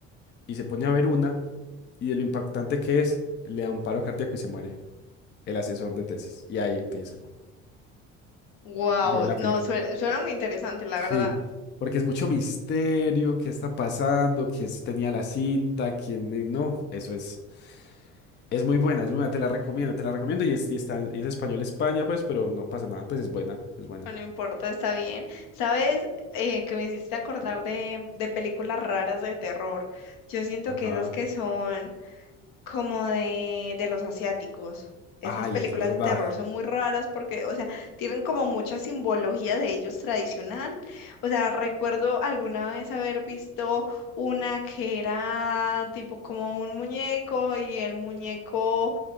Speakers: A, on the left; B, on the left.
A: y se pone a ver una y de lo impactante que es, le da un paro cardíaco y se muere el asesor de tesis. Y ahí empieza.
B: Wow,
A: Bien la
B: no,
A: película.
B: suena, suena muy interesante, la
A: Sí,
B: verdad.
A: porque es mucho misterio, qué está pasando, quién es- tenía la cinta, quién eh, no, eso es, es muy buena, es muy buena, te la recomiendo, te la recomiendo y es, y está, y es español España, pues, pero no pasa nada, pues es buena, es buena.
B: No no importa, está bien. ¿Sabes? Eh, que me hiciste acordar de, de películas raras de terror. Yo siento
A: Ajá.
B: que esas que son como de, de los asiáticos. Esas
A: Ay,
B: películas
A: es verdad.
B: de terror son muy raras porque, o sea, tienen como mucha simbología de ellos tradicional. O sea, recuerdo alguna vez haber visto una que era tipo como un muñeco y el muñeco